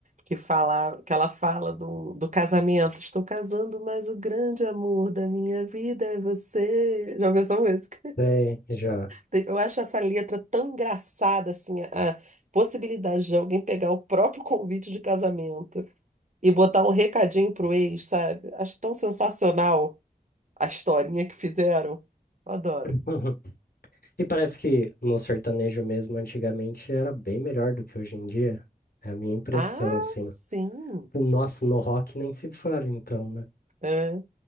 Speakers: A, on the right (about 50°); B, on the left (about 75°).
A: que fala, que ela fala do, do casamento. Estou casando, mas o grande amor da minha vida é você. Já ouviu essa música?
B: Sei, já.
A: Tem- Eu acho essa letra tão engraçada, assim, a a possibilidade de alguém pegar o próprio convite de casamento e botar um recadinho pro ex, sabe? Acho tão sensacional. A historinha que fizeram. Eu Adoro.
B: <laughs> E parece que no sertanejo mesmo, antigamente, era bem melhor do que hoje em dia. É a minha impressão,
A: Ah,
B: assim.
A: sim.
B: O nosso no rock nem se fala, então, né?
A: É.